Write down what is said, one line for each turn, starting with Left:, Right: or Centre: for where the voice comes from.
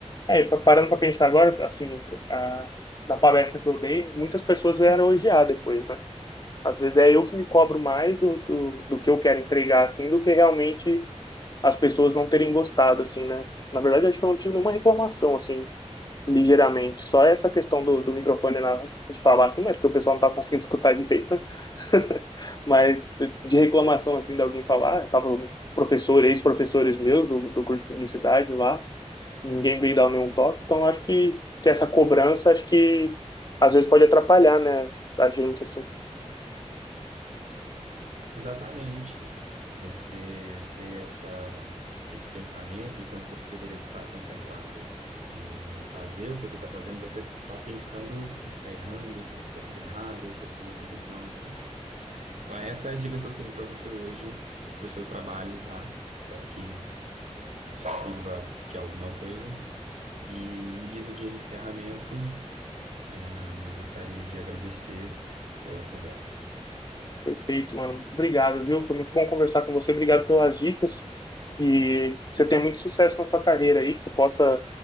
Left: É, e pa- parando para pensar agora, assim, a, da palestra que eu dei, muitas pessoas vieram elogiar depois, né? Às vezes é eu que me cobro mais do, do, do que eu quero entregar, assim, do que realmente as pessoas não terem gostado, assim, né? Na verdade, acho que eu não tive nenhuma reclamação, assim, ligeiramente. Só essa questão do, do microfone na, de falar, assim, né? Porque o pessoal não tá conseguindo escutar direito. <laughs> Mas de reclamação, assim, de alguém falar, ah, tava professor, ex-professores meus do, do curso de publicidade lá, ninguém veio dar nenhum toque. Então, acho que, que essa cobrança, acho que às vezes pode atrapalhar, né? A gente, assim.
Right: Exatamente. Você ter essa, esse pensamento, enquanto você deveria estar concentrado em fazer o que você está fazendo, você está pensando que está errando, o que está fazendo errado, que as pessoas estão pensando algo de você. Então, essa é a dica que eu tenho para você hoje, para o seu trabalho, tá? Espero que isso sirva de alguma coisa. E em guisa de encerramento, hum, eu gostaria de agradecer pela conversa.
Left: Perfeito, mano. Muito obrigado, viu? Foi muito bom conversar com você. Obrigado pelas dicas. E que você tenha muito sucesso na sua carreira aí, que você possa